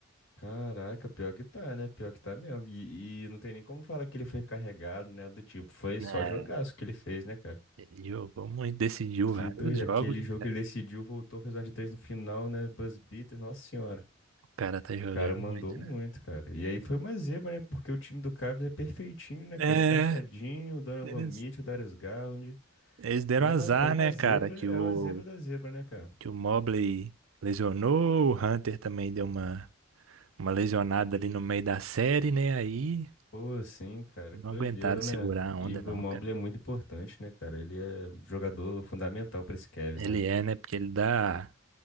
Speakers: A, on the left (about 70°); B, on the right (about 85°).
A: Caraca, pior que tá, né? Pior que tá mesmo. E, e não tem nem como falar que ele foi carregado, né? Do tipo, foi
B: <laughs>
A: só jogaço que ele fez, né, cara?
B: Ele Jogou muito, decidiu
A: Que
B: vários
A: doido.
B: jogos,
A: Aquele
B: né,
A: jogo
B: cara.
A: que ele decidiu, voltou, fez uma de três no final, né? Buzz beater, nossa senhora.
B: O cara tá jogando
A: O Cara, mandou
B: muito,
A: muito,
B: né?
A: cara. E aí foi uma zebra, né? Porque o time do Cavs é perfeitinho, né,
B: É,
A: cara? Encaixadinho, o Donovan
B: eles.
A: Mitchell, o Darius Garland.
B: Eles deram
A: É uma,
B: azar,
A: foi uma
B: né,
A: zebra,
B: cara, que
A: é
B: o,
A: uma zebra da zebra, né, cara?
B: que o Mobley lesionou, o Hunter também deu uma, uma lesionada ali no meio da série, né? Aí
A: Pô, sim, cara,
B: não
A: que doideira,
B: aguentaram segurar
A: né?
B: a onda,
A: E o
B: não,
A: Mobley
B: cara.
A: é muito importante, né, cara? Ele é jogador fundamental para esse Cavs,
B: Ele
A: né?
B: é, né? Porque ele dá,